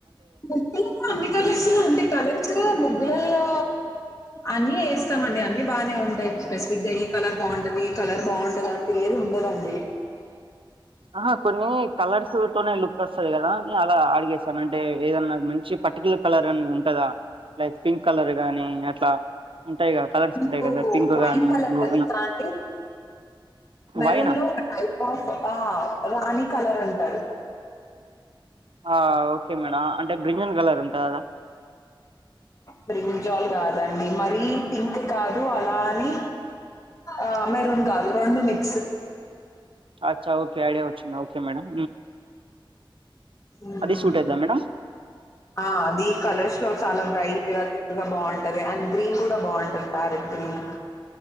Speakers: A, on the left; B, on the right.
A: ముగ్గులు అన్ని కలర్స్ అంటే కలర్ లల్లో అన్నీ వేస్తామండి అన్ని బాగానే ఉంటాయి స్పెసిఫిక్ గా కలర్ బాగుంటది ఈ కలర్ బాగుండదు ఆన్ పేరుండదండి
B: ఆహా కొన్ని కలర్స్ తనే లుక్ వస్తంది కదా న అలా అడిగేస్తాను అంటే ఏదన్నా నాకు మంచి ప పర్టిల కలర్ అని ఉంటదా లైక్ పింక్ కలర్ గాని అట్లా ఉంటాయి కదా కలర్స్
A: మీకు
B: ఉంటాయి కదా పింక్
A: వైన్
B: గానీ
A: కలర్
B: బ్లూ
A: తెలుస్తటి మెరూన్
B: వైనా
A: లో ఒక టైప్ ఆఫ్ ఆ రాణి కలర్ అంటారు
B: ఆ ఓకే మేడం అంటే బ్రింజన్ కలర్ ఉం ఉంటదా
A: ప్రింజల్ కాదండి మరీ పింక్ కాదు అలా అని ఆ మెరూన్ కాలు రెండు మిక్స్
B: అ ఓకే అడిచ్చు ఓకే మేడం
A: మ్మ్.
B: అది సూట్ అయిద్దా మేడం
A: ఆ అది కలర్స్ లో చాలా బ్రైట్ గా తిక్ గా బాగుంటంది అండ్ గ్రీన్ కూడా బాగుంటంది పారెట్ గ్రీన్